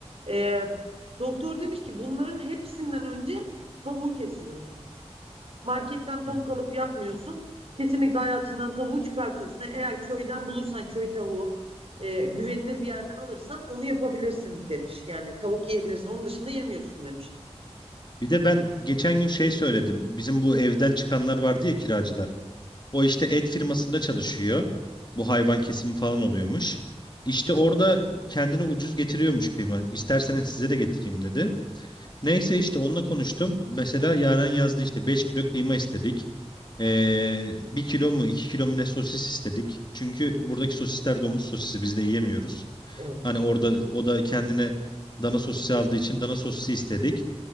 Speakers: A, on the right; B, on the left.
A: E, doktor demiş ki bunların hepsinden önce tavuğu kesiyoruz. Marketten tavuk
B: Hmm.
A: alıp yapmıyorsun. Kesinlikle hayatından tavuğu çıkartıyorsun. E, Eğer köyden bulursan köy tavuğu e, güvenilir bir yerden alırsan onu yapabilirsin demiş. Yani tavuk yiyebilirsin. Onun dışında yemiyorsun demiş.
B: Bir de ben geçen gün şey söyledim. Bizim bu evden çıkanlar vardı ya kiracılar. O işte et firmasında çalışıyor. Bu hayvan kesimi falan oluyormuş. İşte orada kendine ucuz getiriyormuş kıyma. İsterseniz size de getireyim dedi. Neyse işte onunla konuştum. Mesela Yaren yazdı işte 5 kilo kıyma istedik. Ee, 1 kilo mu 2 kilo mu ne sosis istedik. Çünkü buradaki sosisler domuz sosisi biz de yiyemiyoruz.
A: Evet.
B: Hani orada o da kendine dana sosisi aldığı için dana sosisi istedik.